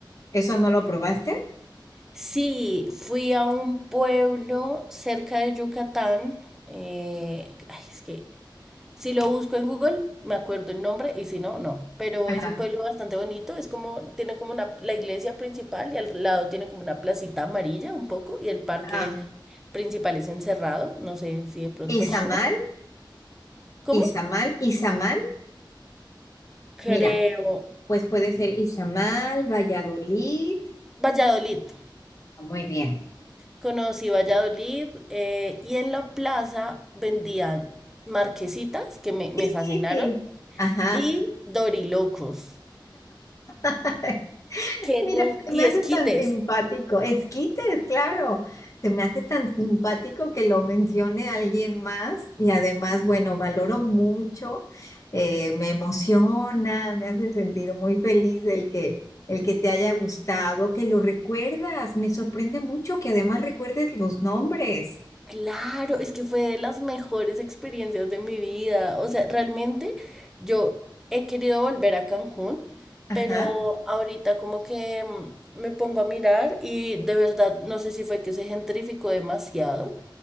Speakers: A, on the left; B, in the centre.
A: ¿Eso no lo probaste?
B: Sí, fui a un pueblo cerca de Yucatán. eh, ay, es que si lo busco en Google, me acuerdo el nombre y si no, no. Pero
A: Ajá.
B: es un pueblo bastante bonito. Es como, tiene como una, la iglesia principal y al lado tiene como una placita amarilla un poco y el parque
A: Ah,
B: principal es encerrado. No sé si de pronto.
A: Izamal,
B: <laughs> ¿Cómo?
A: Izamal, Izamal.
B: Creo.
A: Mira, pues puede ser Izamal, Valladolid.
B: Valladolid.
A: Muy bien.
B: Conocí Valladolid eh, y en la plaza vendían marquesitas que me, me fascinaron
A: Sí. Ajá.
B: y dorilocos,
A: <laughs>
B: que
A: Mira,
B: nunca,
A: se
B: y
A: me hace
B: esquites.
A: tan simpático. Esquites, claro. Se me hace tan simpático que lo mencione alguien más y además, bueno, valoro mucho, eh, me emociona, me hace sentir muy feliz el que, el que te haya gustado, que lo recuerdas. Me sorprende mucho que además recuerdes los nombres.
B: Claro, es que fue de las mejores experiencias de mi vida. O sea, realmente yo he querido volver a Cancún,
A: Ajá.
B: pero ahorita como que mm, me pongo a mirar y de verdad no sé si fue que se gentrificó demasiado